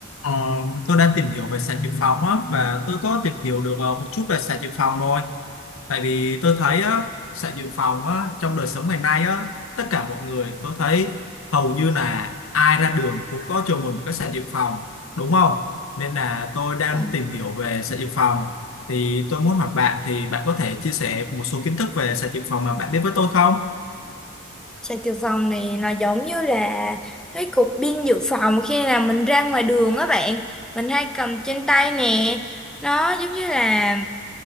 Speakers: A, on the left (about 70°); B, in the centre.
A: Ờ, tôi đang tìm hiểu về sạc dự phòng á và tôi có tìm hiểu được ờ, một chút về sạc dự phòng rồi. Tại vì tôi thấy á, sạc dự phòng á, trong đời sống ngày nay á, tất cả mọi người tôi thấy hầu như là ai ra đường cũng có cho mình một cái sạc dự phòng, đúng không? Nên là tôi đang
B: Vâng.
A: tìm hiểu về sạc dự phòng. Thì tôi muốn hỏi bạn thì bạn có thể chia sẻ một số kiến thức về sạc dự phòng mà bạn biết với tôi không?
B: Sạc dự phòng này nó giống như là cái cục pin dự phòng khi nào mình ra ngoài đường á bạn mình hay cầm trên tay nè nó giống như là